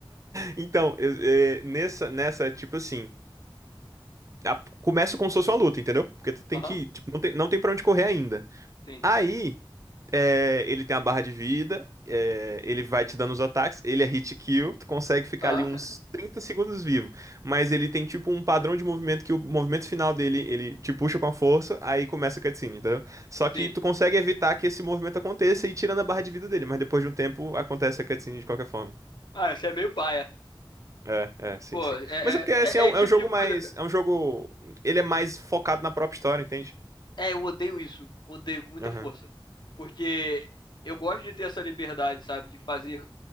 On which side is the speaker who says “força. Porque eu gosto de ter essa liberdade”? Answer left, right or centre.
Left